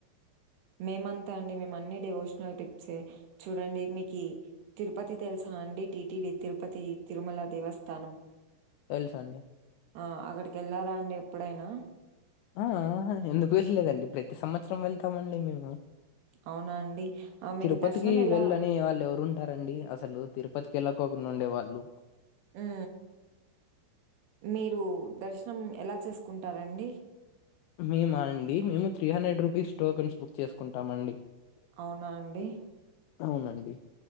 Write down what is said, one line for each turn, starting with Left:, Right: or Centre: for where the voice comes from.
Right: మేమంతా అండి మేమన్ని డివోషనల్ టిప్సే చూడండి మీకి తిరుపతి తెలుసా అండి టీడి తిరుపతి తిరుమల దేవస్థానం
Left: తెలుసు అండి
Right: ఆ అక్కడికి వెళ్ళారా అండి ఎప్పుడైనా
Left: ఆ ఆ ఎందుకు వెళ్ళలేదండి ప్రతి సంవత్సరం వెళ్తామండి మేము
Right: అవునా అండి. ఆ మీకు
Left: తిరుపతికి
Right: దర్శనం ఎలా
Left: వెళ్ళని వాళ్ళు ఎవరు ఉంటారండి అసలు తిరుపతికి వెళ్ళ ళ్ళకొక ఉండే వాళ్ళు
Right: ఉ మీరు దర్శనం ఎలా చేసుకుంటారండి
Left: మేమా అండి మేము three hundred rupees tokens book చేసుకుంటాం అండి
Right: అవునా అండి
Left: అవునండి